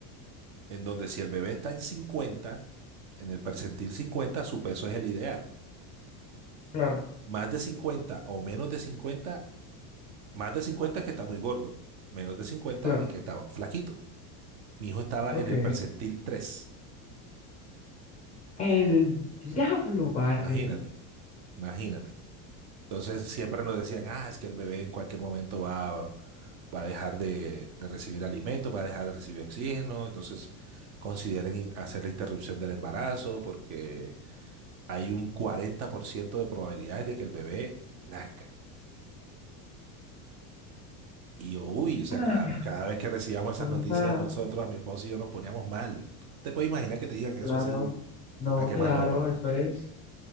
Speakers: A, on the right; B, on the left.
A: en donde si el bebé está en cincuenta en el percentil 50 su peso es el ideal.
B: claro,
A: Más de 50 o menos de cincuenta más de 50 es que está muy gordo, menos de cincuenta
B: claro.
A: es que está flaquito. Mi hijo estaba
B: Ok.
A: en el percentil tres
B: El diablo, vale.
A: imagínate, imagínate. Entonces siempre nos decían, ah, es que el bebé en cualquier momento va, va, va a dejar de, de recibir alimento, va a dejar de recibir oxígeno, entonces consideren in- hacer la interrupción del embarazo porque hay un 40% de probabilidades de que el bebé nazca. Y yo, uy, o sea,
B: Ah,
A: cada, cada vez que recibíamos
B: con
A: esas noticias
B: esa-
A: nosotros, a mi esposo y yo nos poníamos mal. Te puedes imaginar que te digan
B: Claro.
A: eso así
B: No,
A: a quemarropa.
B: claro, eso es